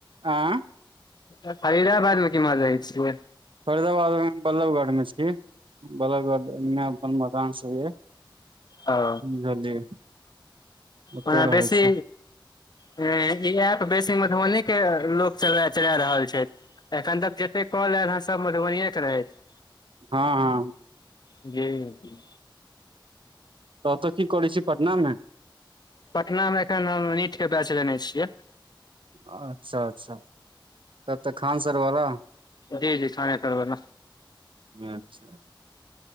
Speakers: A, on the right; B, on the left.
A: आँ
B: फरिदाबादमे की मजाई छै
A: फरीदाबाद बल्लभगढ मे छी बाल गारडन मे अपन मकान सब ये
B: ओ
A: बुझलियै ओते
B: ओ
A: रहै
B: बेसी
A: छी
B: ह ई ऐप बेसी मधुबनी के लोक चले चला रहल छै एखन तक जते कहलल ह सब मधुबने के रहै छै
A: हँ हँ
B: गब न
A: ततऽ की करै छी पटना मे
B: पटना मे एखन हम नीट के बैच लेने छियै
A: अच्छा अच्छा कतऽ खान सर वाला
B: जी जी समय करब न
A: अच्छा